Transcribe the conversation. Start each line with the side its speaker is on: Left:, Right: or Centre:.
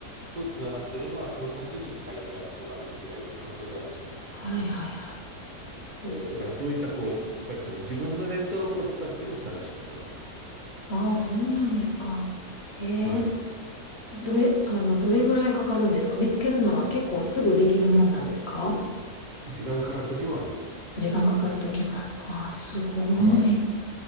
Right: とつながってれば、その先に買い手がとか売り手がいる可能性があるんですよね。
Left: はいはいはい。おー
Right: だからそういったこう、やっぱりその自分のネットワークを伝っての探し方になります。
Left: ああそうなんですか。ええ
Right: はい。
Left: どれ、あの、どれぐらいかかるんですか見つけるのは結構すぐできるもんなんですか
Right: あの時間かかる時もあります。
Left: 時間かかる時もあるの。ああ、すごい。
Right: はい。